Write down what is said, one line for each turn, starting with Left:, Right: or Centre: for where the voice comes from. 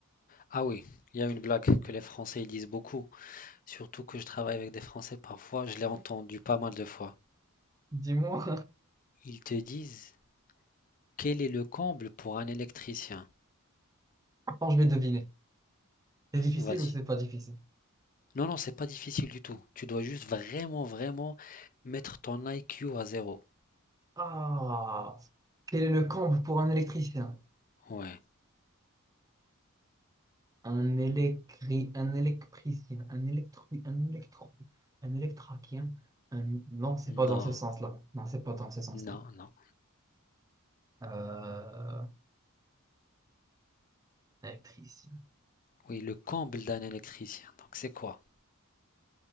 Left: Ah oui, il y a une blague que les Français ils disent beaucoup. surtout que je travaille avec des Français parfois, je l'ai entendu pas mal de fois.
Right: Dis-moi.
Left: Ils te disent, quel est le comble pour un électricien?
Right: Attends, je vais deviner. C'est difficile
Left: Vas-y.
Right: ou c'est pas difficile?
Left: Non, non, c'est pas difficile du tout. Tu dois juste vraiment, vraiment mettre ton I. Q. à zéro.
Right: Ah, quel est le comble pour un électricien?
Left: Ouais.
Right: Un électri, un électricien, un électro, un électro, un électraquien. Un... Non, c'est pas dans
Left: Non,
Right: ce sens-là. Non, c'est pas dans ce sens-là.
Left: non, non.
Right: Euh, électricien.
Left: Oui, le comble d'un électricien. Donc, c'est quoi?